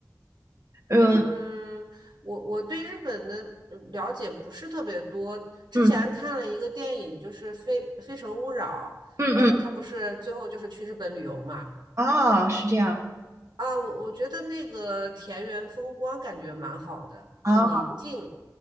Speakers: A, on the right; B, on the right.
A: 嗯
B: 嗯，我我对日本的呃了解不是特别多。之前看了一个电影，
A: 嗯
B: 就是非《非诚勿扰》，
A: 嗯嗯。
B: 呃，他不是最后就是去日本旅游嘛？
A: 哦，是这样
B: 啊，我我觉得那个田园风光感觉蛮好的，
A: 啊。
B: 很宁静。
A: 哦